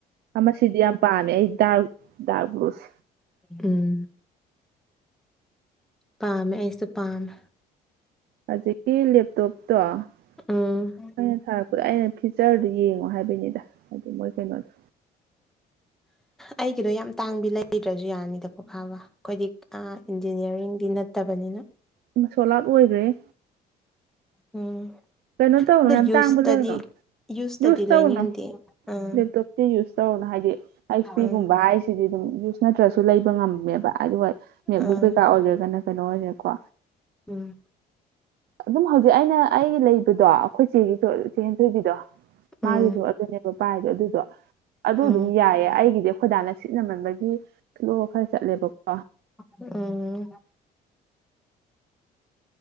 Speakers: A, on the right; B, in the centre.
A: ꯑꯃꯁꯤꯗꯤ ꯌꯥꯝ ꯄꯥꯝꯃꯦ ꯑꯩ ꯗꯥꯛ ꯗꯥꯛꯕ꯭ꯔꯨꯁꯦ
B: ꯎꯝ ꯄꯥꯝꯃꯦ ꯑꯩꯁꯨ ꯄꯥꯝꯃꯦ
A: ꯍꯧꯖꯤꯛꯀꯤ ꯂꯦꯞꯇꯣꯞꯇꯣ ꯑꯩꯅ
B: ꯎꯝ
A: ꯊꯥꯔꯛꯄꯗ ꯑꯩꯅ ꯐꯤꯆꯔꯗꯨ ꯌꯦꯡꯉꯣ ꯍꯥꯏꯕꯩꯅꯤꯗ ꯑꯗꯨ ꯃꯣꯏ ꯀꯩꯅꯣꯗꯣ
B: ꯑꯩꯒꯤꯗꯣ ꯌꯥꯝ ꯇꯥꯡꯕꯤ ꯂꯩꯗ꯭ꯔꯖꯨ ꯌꯥꯅꯤꯗ ꯀꯣ ꯈꯥꯕ ꯑꯈꯣꯏꯗꯤ ꯑ ꯏꯟꯖꯤꯅꯤꯌꯥꯔꯤꯡꯗꯤ ꯅꯠꯇꯕꯅꯤꯅ
A: ꯏꯃꯥ ꯁꯣꯜꯑꯥꯛ ꯑꯣꯏꯈ꯭ꯔꯦꯍꯦ
B: ꯎꯝ
A: ꯀꯩꯅꯣ ꯇꯧꯔꯅꯣ
B: ꯑꯗꯨ
A: ꯌꯥꯝ
B: ꯌꯨꯁꯇꯗꯤ
A: ꯇꯥꯡꯕ ꯂꯩꯔꯨꯅꯣ
B: ꯌꯨꯁꯇꯗꯤ
A: ꯌꯨꯁ ꯇꯧꯔꯨꯅꯣ
B: ꯂꯩꯅꯤꯡꯗꯦ ꯑꯥ
A: ꯂꯦꯞꯇꯣꯞꯇꯤ ꯌꯨꯁ ꯇꯧꯔꯨꯅꯣ ꯍꯥꯏꯗꯤ ꯑꯩꯁ
B: ꯑꯥ
A: ꯄꯤꯒꯨꯝꯕ ꯍꯥꯏ ꯁꯤꯗꯤ ꯑꯗꯨꯝ ꯌꯨꯁ ꯅꯠꯇ꯭ꯔꯁꯨ ꯂꯩꯕ ꯉꯝꯃꯦꯕ ꯑꯗꯨꯒ ꯅꯦꯠꯕꯨꯛ
B: ꯑꯥ
A: ꯀꯩꯀꯥ ꯑꯣꯏꯒꯦꯔꯥ ꯀꯩꯅꯣ ꯑꯣꯏꯒꯦꯔꯥꯀꯣ
B: ꯎꯝ
A: ꯑꯗꯨꯝ ꯍꯧꯖꯤꯛ ꯑꯩꯅ ꯑꯩꯒꯤ ꯂꯩꯕꯗꯣ ꯑꯩꯈꯣꯏ ꯆꯦꯒꯤ ꯆꯦꯟ ꯊꯣꯏꯕꯤꯗꯣ
B: ꯎꯝ
A: ꯃꯥꯒꯤꯁꯨ ꯑꯗꯨꯅꯦꯕ ꯄꯥꯏꯗꯣ ꯑꯗꯨꯗꯣ ꯑꯗꯨ
B: ꯎꯝ
A: ꯑꯗꯨꯝ ꯌꯥꯏꯌꯦ ꯑꯩꯒꯤꯗꯤ ꯑꯩꯈꯣꯏ ꯗꯥꯅ ꯁꯤꯠꯅꯃꯟꯕꯒꯤ ꯏꯁꯂꯣ ꯈꯔ ꯆꯠꯂꯦꯕꯀꯣ
B: ꯎꯝ